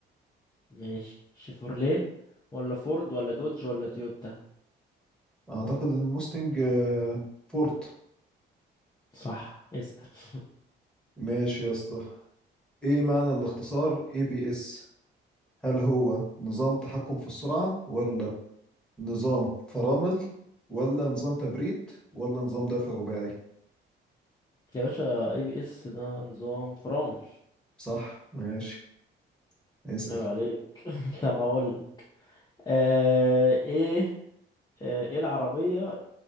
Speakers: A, on the left; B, in the centre.
A: ماشي شيفورليه ولا فورد ولا دوج ولا تويوتا
B: اعتقد ان موستنج آه، فورت
A: صح اسأل <laughs>
B: ماشي يا اسطى ايه معنى الاختصار اي بي اس هل هو نظام تحكم في السرعة ولا نظام فرامل ولا نظام تبريد ولا نظام دفع رباعي
A: يا باشا اي بي اس ده نظام فرامل
B: صح ماشي اسأل
A: عيب عليك <laughs> طب اقول لك. أه ايه آه، ايه العربية